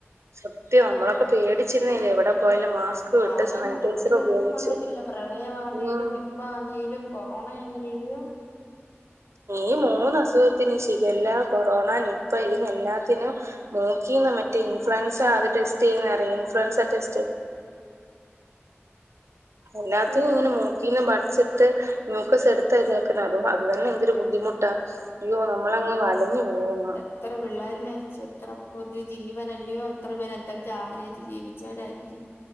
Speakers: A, on the right; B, on the left.
A: സത്യം നമ്മളൊക്കെ പേടിച്ചിരുന്നല്ലേ എവിടെ പോയാലും. മാസ്ക്
B: ഭാഗ്യം
A: ഇട്ട് സാനിറ്റൈസർ
B: നമ്മക്ക് ഇതൊന്നും
A: ഉപയോഗിച്ച്
B: വന്നിട്ടില്ല പ്രളയാവാന്നേലും
A: ഉം
B: നിപ്പ ആന്നേലും കൊറോണ ആന്നേലും.
A: ഈ മൂന്ന് അസുഖത്തിന് ശിഖല്ല, കൊറോണ, നിപ്പ, ഇതിനെ ല്ലാത്തിനും മൂക്കീന്ന് മറ്റേ ഇൻഫ്ലുൻസ അത് ടെസ്റ്റ് ചെയ്യുന്നറിയ ഇൻഫ്ലുവൻസ ടെസ്റ്റ്. എല്ലാത്തിനും
B: ഉം
A: ഇങ്ങനെ മൂ ക്കീന്ന് പട്സ്ണ്ട് <unintelligible> ആക്കുന്ന അതും അത് തന്നെ എന്തൊരു ബുദ്ധിമുട്ടാ അയ്യോ നമ്മളങ്ങ് വലഞ്ഞ്
B: ആന്ന്
A: പോകും
B: എത്ര പിള്ളേര് മര്ച്ചു എത്ര പുതു ജീവനല്ലയോ എത്ര പേര് എന്തൊക്കെ ആഗ്രഹിച്ച് ജീവിച്ചവരായിരിക്കും.